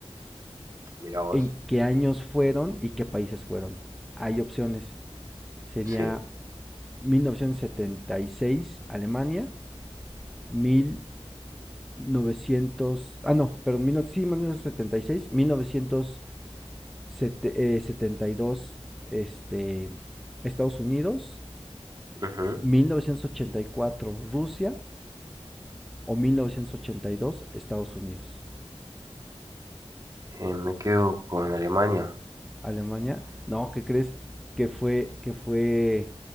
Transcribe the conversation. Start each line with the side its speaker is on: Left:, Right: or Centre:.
Right: Mira vos.
Centre: en qué años fueron y qué países fueron. Hay opciones. Sería
Right: Sí.
Centre: 1976 Alemania, mil novecientos ah no, perdón, 19, sí, y seis, mil novecientos setenta y dos este, Estados Unidos,
Right: Ujú.
Centre: 1984 Rusia o 1982 Estados Unidos.
Right: Eh, me quedo con Alemania.
Centre: Alemania. No, ¿qué crees? Que fue, que fue